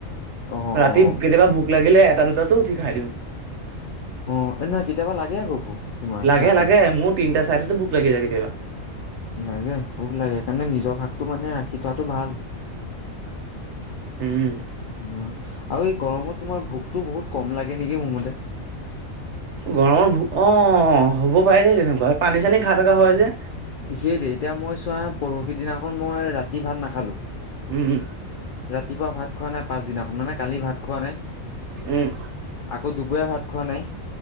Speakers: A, on the left (about 65°); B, on the right (about 60°).
A: অ
B: ৰাতি
A: অ
B: কেতিয়াবা ভোক লাগিলে এটা দুটাটো উঠি খাই দিওঁ।
A: অ' এ নহয় কেতিয়াবা লাগে আক ভোক তোমাৰ
B: লাগে
A: ৰাতি।
B: লাগে মোৰ তিনিটা চাৰিটাটো ভুক লাগি যায় কেতিয়াবা।
A: লাগে ভোক লাগে, সেইকাৰণে নিজৰ ভাগটো মানে ৰাখি থোৱাটো ভাল।
B: উম'।
A: অ' আৰু এই গৰমত তোমাৰ ভোকতো বহুত কম লাগে নেকি মোৰ মতে।
B: গৰমৰ ভো, অ' হ'ব পাৰে দেই তেনেকুৱা, পানী চানী খাই থকা হয় যে।
A: সে দেই এতিয়া মই চোৱা পৰহি দিনাখন মই ৰাতি ভাত নাখালো।
B: উম,
A: ৰাতিপুৱা ভাত খোৱা নাই পাঁচদিনাখন মানে কালি ভাত খোৱা নাই।
B: উম,
A: আকৌ দুপৰীয়া ভাত খোৱা নাই